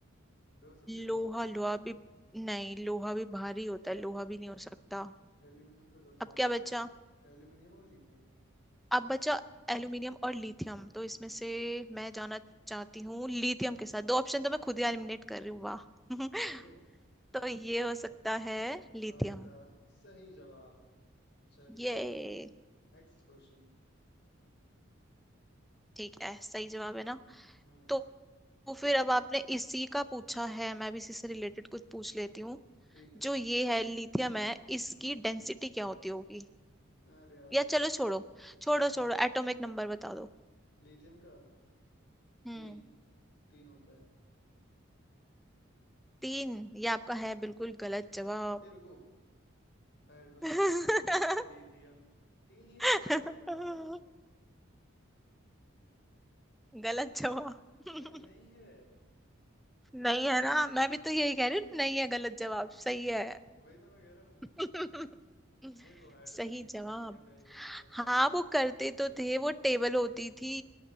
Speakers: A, on the left (about 55°); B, in the centre.
A: लोहा सबसे हल्का
B: लोहा
A: होता
B: लोहा भी नहीं लोहा भी भारी होता है लोहा भी नहीं हो सकता
A: है एल्यूमिनियम तो सबसे
B: अब
A: भारी
B: क्या बचा
A: होता है एल्यूमिनियम और लिथियम
B: अब बचा एल्यूमिनियम और लिथियम तो इसमें
A: हम्म
B: से मैं जाना चाहती हूँ लिथियम के साथ दो ऑप्शन तो मैं खुद ही एलिमिनेट कर रही हूँ वाह <laughs>
A: ओ
B: तो ये हो सकता है लिथियम
A: आपका सही जवाब चलिए
B: ये
A: नेक्स्ट क्वेश्चन
B: ठीक है सही जवाब है ना
A: हम्म
B: तो तो फिर अब आपने इसी का पूछा है मैं भी इसी से रिलेटेड कुछ पूछ लेती हूँ
A: ठीक है
B: जो ये है लिथियम है इसकी
A: हम्म
B: डेंसिटी क्या होती होगी
A: अरे यार
B: या चलो छोड़ो छोड़ो
A: हम्म
B: छोड़ो एटॉमिक नंबर बता दो
A: लिथियम का
B: हम्म
A: तीन तीन होता है
B: तीन ये आपका है बिल्कुल गलत जवाब
A: ए रुको हाइड्रोजन
B: <laughs>
A: हीलियम lithium तीन ही तो
B: <laughs>
A: होता है एटॉमिक नंबर
B: गलत जवाब
A: अरे नहीं
B: <laughs>
A: है
B: नहीं है ना मैं भी तो यही कह रही हूँ नहीं है गलत जवाब सही है
A: वही तो मैं कह रहा हूँ
B: <laughs>
A: देखो हाइड्रोजन
B: सही
A: हीलियम
B: जवाब
A: lithium बेरिलियम बोरॉन
B: हाँ
A: कार्बन नाइट्रोजन
B: वो करते
A: ऑक्सीजन फ्लोरीन
B: तो थे
A: नियॉन
B: वो
A: सोडियम
B: टेबल
A: magnesium
B: होती थी